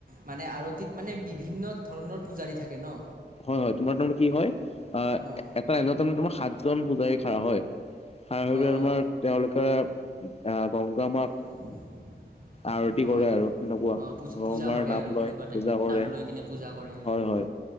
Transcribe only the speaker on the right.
মানে আৰতিত মানে বিভিন্ন ধৰণৰ পূজাৰী থাকে ন?
অঁ
অঁ
অঁ
<inaudible>
হয়,
অ' পুজা
পূজা
কৰে
আৰু
সেনেকুৱা টাইপ
নাম লৈ কিনে পূজা কৰে আৰু